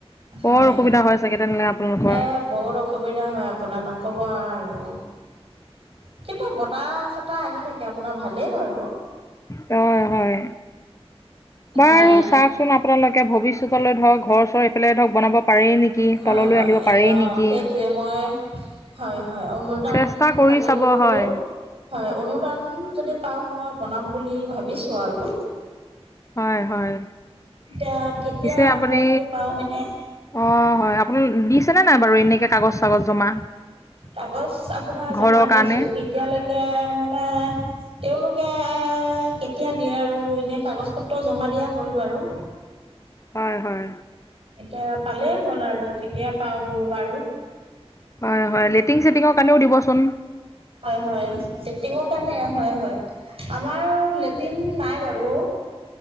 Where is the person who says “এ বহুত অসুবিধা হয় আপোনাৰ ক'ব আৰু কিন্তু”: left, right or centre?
Right